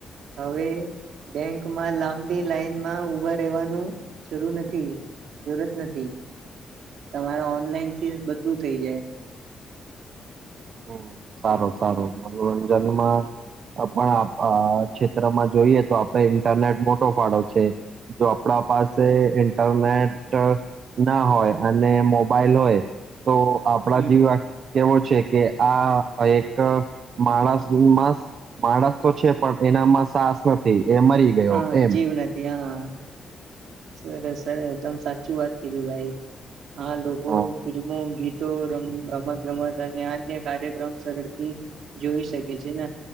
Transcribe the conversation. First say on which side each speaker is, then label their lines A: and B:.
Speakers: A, on the right (about 80°); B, on the right (about 60°).
A: હવે બેંકમાં લાંબી લાઈનમાં ઉભા રહેવાનું શરૂ નથી, જરૂરત નથી, તમારા ઓનલાઈનથી બધું થઇ જાય.
B: હમ, સારું સારું મનોરંજનમાં પણ આપ અ ક્ષેત્રમાં જોઈએ તો આપણે ઇન્ટરનેટ મોટો ફાળો છે, જો આપડા પાસે ઈન્ટરનેટ ના હોય અને મોબાઈલ હોય તો આપડા
A: હમ્મ
B: જીવા કેવો છે કે આ એક માણસ માસ માણસ તો છે, પણ એનામાં સાસ નથી એ મરી ગયો
A: હા,
B: એમ
A: જીવ નથી હા. સરસ સર એકદમ સાચી વાત કીધી ભાઈ. હા, લોકો
B: હ
A: ફિલ્મો ગીતો રમ હૂં રમત ગમત અને અન્ય કાર્યક્રમ સરળથી જોઈ શકે છે ન